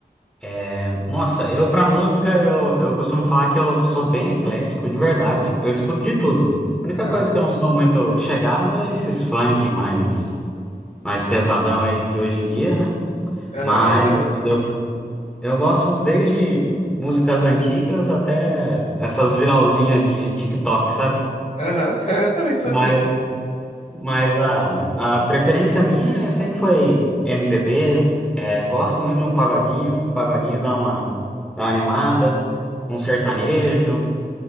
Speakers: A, in the centre; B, on the left (about 50°).
A: é, nossa, eu pra música, eu, eu costumo falar que eu sou bem eclético, de verdade. Eu escuto de tudo. A única
B: Aham,
A: coisa que eu não sou muito chegado é esses funk mais, mais pesadão aí de hoje em dia, né?
B: aham,
A: Mas
B: eu também não sou
A: eu,
B: muito fã, não.
A: eu gosto desde músicas antigas até essas viralzinhas de TikTok, sabe?
B: Aham, <laughs> eu também sou
A: Mas
B: assim.
A: Mas a, a preferência minha é- sempre foi MPB. é, gosto muito de um pagodinho. Pagodinho dá uma, dá uma animada, um sertanejo.